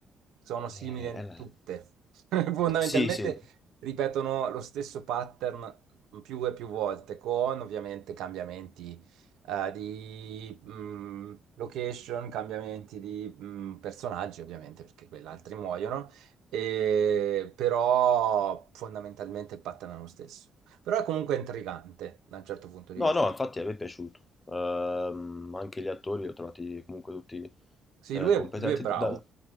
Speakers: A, on the right; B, on the left.
A: sono simili
B: eh,
A: in
B: è la-
A: tutte. <laughs> Fondamentalmente
B: Sì, sì,
A: ripetono lo stesso pattern più e più volte, con ovviamente cambiamenti eh, di mh, location, cambiamenti di mh, personaggi, ovviamente, perché quelli altri muoiono, e, però fondamentalmente il pattern è lo stesso. Però è comunque intrigante da un certo punto di
B: No,
A: vista.
B: no, infatti a me è piaciuto. Ehm, anche gli attori li ho trovati comunque tutti
A: Sì,
B: eh,
A: lui
B: competenti.
A: è, lui è bravo,
B: Dal-